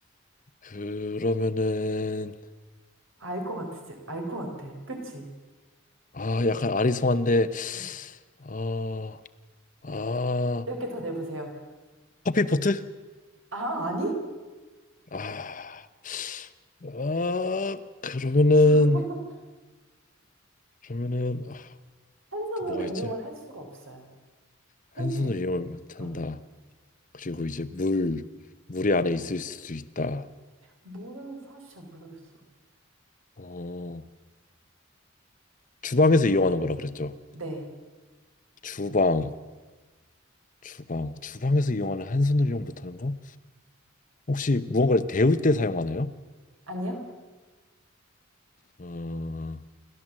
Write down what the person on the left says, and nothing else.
그러면은
아, 약간 아리송한데
아, 아,
커피포트?
아, 아, 그러면은
그러면은 아,
또 뭐가
있지?
한
손을 이용을 못한다.
그리고 이제 물, 물이 안에 있을 수도 있다.
어, 주방에서 이용하는 거라 그랬죠.
주방, 주방, 주방에서 이용하는 한 손으로 이용 못하는 거? 혹시 무언가를 데울 때 사용하나요?
어,